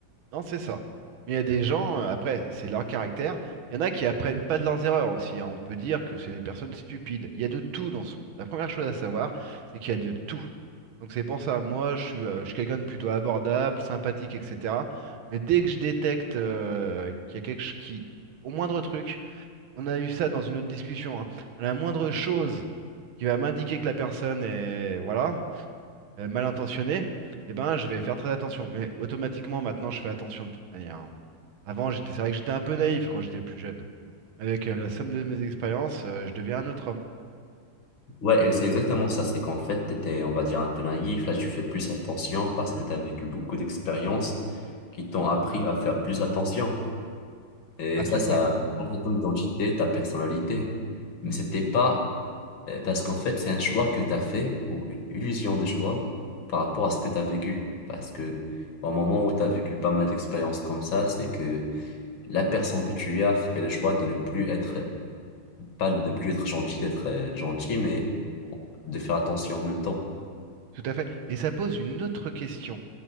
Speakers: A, on the right; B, on the left.
A: Non, c'est ça. Mais il y a des gens, euh, après, c'est leur caractère. Il y en a qui apprennent pas de leurs erreurs aussi. hein. On peut dire que c'est des personnes stupides. Il y a de tout dans ce monde. La première chose à savoir, c'est qu'il y a de tout. Donc c'est pour ça, moi, je suis, euh, je suis quelqu'un de plutôt abordable, sympathique, etc. Mais dès que je détecte euh, qu'il y a quelque chose qui, au moindre truc, on a eu ça dans une autre discussion, hein, à la moindre chose qui va m'indiquer que la personne est, voilà, euh, mal intentionné, eh ben, je vais faire très attention. Mais automatiquement, maintenant, je fais attention de toute manière. hein. Avant, j'étais, c'est vrai que j'étais un peu naïf quand j'étais plus jeune. Avec euh, la somme de mes expériences, euh, je deviens un autre homme.
B: Ouais, et c'est exactement ça. C'est qu'en fait, tu étais, on va dire, un peu naïf. Là, tu fais plus attention parce que tu as vécu beaucoup d'expériences qui t'ont appris à faire plus attention. Et
A: Après,
B: ça, ça
A: oui,
B: change ton identité, ta personnalité. Mais c'était pas euh, parce qu'en fait, c'est un choix que tu as fait ou une illusion de choix par rapport à ce que tu as vécu. Parce que au moment où tu as vécu pas mal d'expériences comme ça, c'est que la personne que tu as fait le choix de ne plus être, pas de ne plus être gentil, d'être euh, gentil, mais de faire attention en même temps.
A: tout à fait. Et ça pose une autre question.